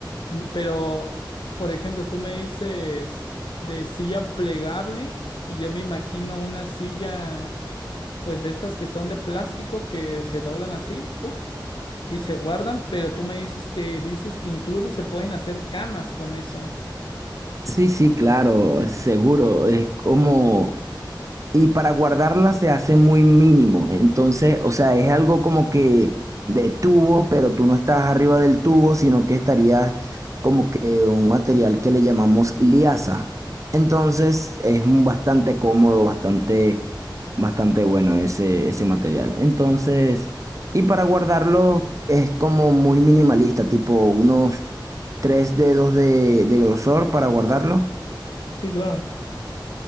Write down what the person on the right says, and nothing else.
Sí, sí, claro, seguro. Es como y para guardarla se hace muy mínimo. Entonces, o sea, es algo como que de tubo, pero tú no estás arriba del tubo, sino que estarías como que un material que le llamamos liaza. Entonces, es un bastante cómodo, bastante, bastante bueno ese, ese material. Entonces, y para guardarlo es como muy minimalista, tipo unos tres dedos de, de grosor para guardarlo.